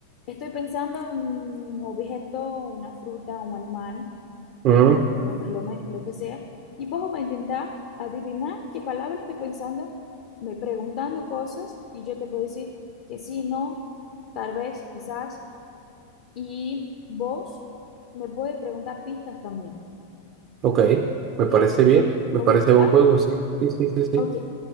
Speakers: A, on the left; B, on the right.
A: estoy pensando en un objeto, una fruta, un animal o
B: Mm,
A: un electrodoméstico, lo que sea, y vos vas a intentar adivinar qué palabra estoy pensando, me preguntando cosas, y yo te voy a decir que sí, no, tal vez, quizás. y vos me puedes preguntar pistas también,
B: ok,
A: ¿ok?
B: me parece bien.
A: ¿Vos
B: Me parece
A: me pensás?
B: buen juego, sí. Sí, sí, sí, sí.
A: Ok,